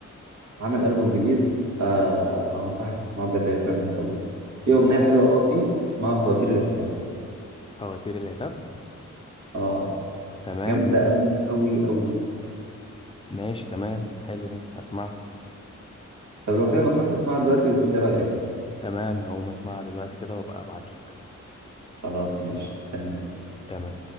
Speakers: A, on the right (about 70°); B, on the left (about 20°).
A: عامل البوم جديد آه انصحك تسمعه بجد هيفرق معاك قوي في اغنيه
B: ده اسم-
A: حلوه قوي فيه اسمها فواتير العتاب
B: فواتير العتاب
A: اه
B: تمام
A: جامده قوي قوي قوي
B: ماشي تمام حلو ده هسمعها
A: طب لو كده ما تروح تسمعها دلوقتي وتقول لي رايك
B: تمام هقوم اسمعها دلوقتي كده وابقى ابعتلك
A: خلاص ماشي استنيك
B: تمام